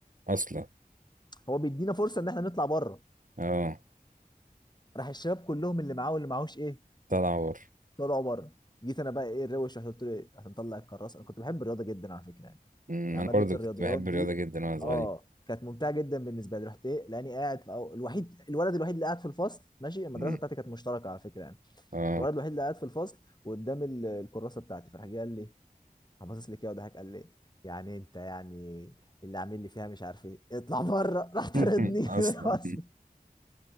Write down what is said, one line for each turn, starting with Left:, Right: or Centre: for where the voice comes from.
Right: اصلا
Left: هو بيدينا فرصه ان احنا نطلع بره
Right: اه
Left: راح الشباب كلهم اللي معاه واللي معهوش ايه
Right: طلع عور
Left: طلعوا بره جيت انا بقى ايه الروش رحت قلت له ايه عشان اطلع الكراسه انا كنت بحب الرياضه جدا على فكره يعني
Right: مم.
Left: يعني
Right: انا
Left: ماده
Right: برضو كنت
Left: الرياضيات
Right: بحب
Left: دي
Right: الرياضه جدا وانا صغير
Left: اه كانت ممتعه جدا بالنسبه لي رحت ايه لاني قاعد في أو... الوحيد الولد الوحيد اللي قاعد في الفصل ماشي المدرسه
Right: مم.
Left: بتاعتي كانت مشتركه على فكره يعني
Right: اه
Left: الولد الوحيد اللي قاعد في الفصل وقدام ال- الكراسه بتاعتي فراح جه قال لي فباصص لي كده وضحك قال لي يعني انت يعني اللي عامل لي فيها مش عارف ايه اطلع بره راح طردني
Right: <laughs>
Left: <laughs>
Right: اصلا
Left: من الفصل